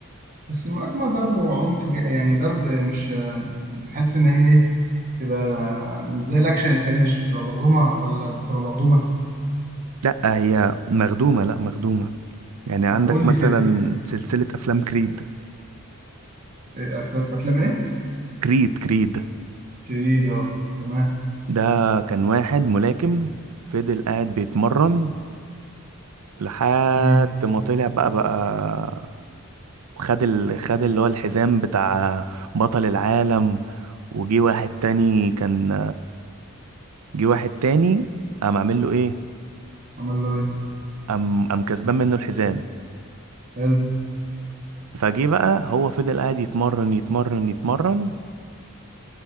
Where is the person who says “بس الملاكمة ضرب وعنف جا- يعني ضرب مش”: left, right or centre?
Right